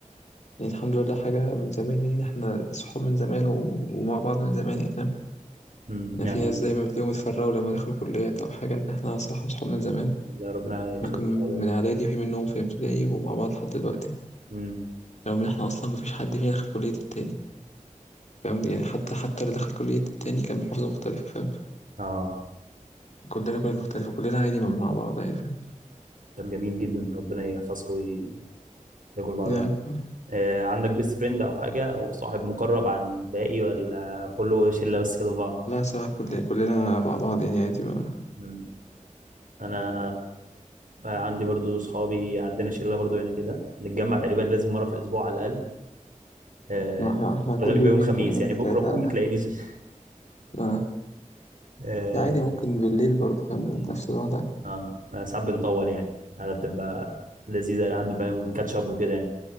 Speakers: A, on the left; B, on the right.
A: يعني الحمد لله حاجة من زمان يعني إحنا صحاب من زمان و- ومع بعض من زمان يعني فاهم
B: مم،
A: يعني
B: يعني
A: في ناس دايما بتلاقيهم اتفرقوا لما دخلوا كليات أو حاجة لكن إحنا صراحة صحاب من زمان
B: ولا ربنا يخليكم
A: ممكن
B: لبعض
A: من إعدادي في منهم في ابتدائي ومع بعض لحد دلوقتي
B: مم،
A: رغم إن إحنا أصلا مفيش حد فينا دخل كلية التاني فاهم يعني حتى حتى اللي دخل كلية التاني كان محافظة مختلفة فاهم
B: اه
A: كلنا كلنا مختلفة كلنا عادي مع مع بعض يعني فاهم
B: طب جميل جدا ربنا يحفظكم ويخليكم لبعض
A: يعني-
B: آه، عندك بيست فريند او حاجه او صاحب مقرب عن باقي ولا كله شله بس كده في بعض
A: لا صراحة كل كلنا مع بعض يعني عادي ما
B: مم. انا آه، عندي برضو صحابي عندنا شله برضو هنا كده نتجمع تقريبا لازم مره في الاسبوع على الاقل آه،
A: ما احنا احنا كل
B: الغالب
A: يومين
B: يوم خميس
A: تقريبا
B: يعني بكره
A: تلاتة
B: ممكن ما تلاقينيش <laughs>
A: لا
B: اه
A: لا عادي ممكن بالليل برضه فاهم
B: مم.
A: نفس الوضع
B: آه، آه، ساعات بنطول يعني هذا بتبقى لذيذه لحد ما اب وكده يعني